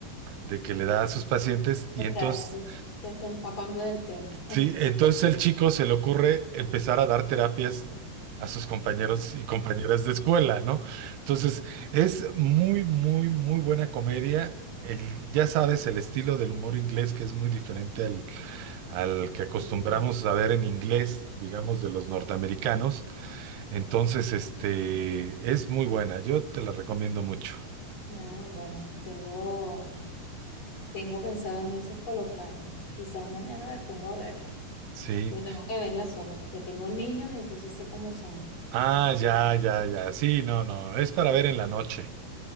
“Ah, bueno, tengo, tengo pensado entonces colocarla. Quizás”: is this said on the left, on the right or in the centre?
Left